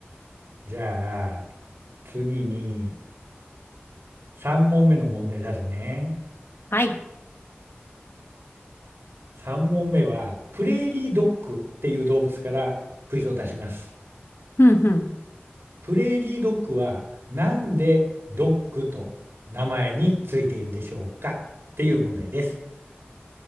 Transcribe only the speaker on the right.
ー。じゃあ、次に3問目の問題出すね。
3問目は、プレーリードッグっていう動物からクイズを出します。
プレーリードッグはなんでドッグと名前についているでしょうかっていう問題です。